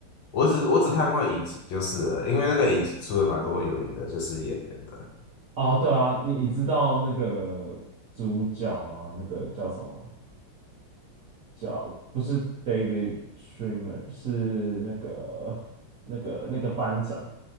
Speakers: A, on the left (about 70°); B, on the right (about 65°).
A: 我只我只看过影集就是了，因为那个影集出了蛮多有名的就是演员的。
B: 哦，对啊，你你知道那个主角吗？那个叫什么？叫不是 David Schwimmer，是那个那个那个班长，